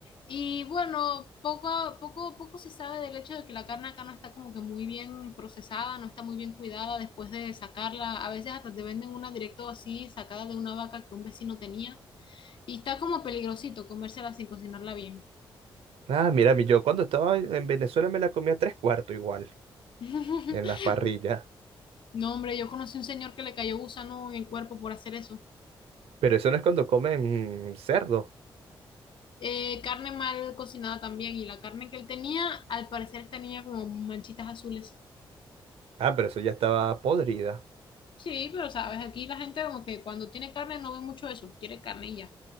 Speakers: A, on the left; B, on the right.
A: Y bueno, poco a poco, poco se sabe del hecho de que la carne acá no está como que muy bien procesada, no está muy bien cuidada después de sacarla. A veces hasta te venden una directo así, sacada de una vaca que un vecino tenía. Y está como peligrosito comérsela sin cocinarla bien.
B: Ah, mira, mi- yo cuando estaba en Venezuela me la comía tres cuartos igual,
A: <laughs>
B: en las parrillas.
A: No, hombre, yo conocí un señor que le cayó gusano en el cuerpo por hacer eso.
B: Pero eso no es cuando comen mm, cerdo.
A: eh, carne mal cocinada también. Y la carne que él tenía, al parecer tenía como manchitas azules.
B: Ah, pero eso ya estaba podrida.
A: Sí, pero sabes, aquí la gente como que cuando tiene carne no ve mucho eso, quiere carne y ya.